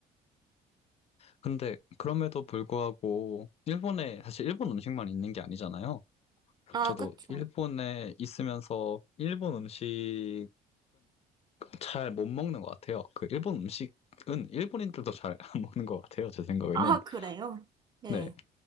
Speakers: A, on the left; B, on the right.
A: 근데 그럼에도 불구하고 일본에 사실 일본 음식만 있는 게 아니잖아요.
B: 아,
A: 저도
B: 그쵸.
A: 일본에 있으면서 일본 음식은 잘 못 먹는 것 같아요. 그 일본 음식은 일본인들도 잘 안 <laughs> 먹는 것 같아요. 제 생각에는.
B: 아, 그래요? 네.
A: 네.